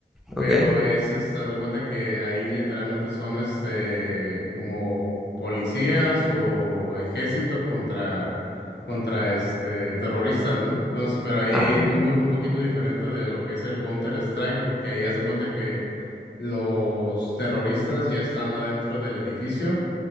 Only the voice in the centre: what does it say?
¿ok?
Ah, ok.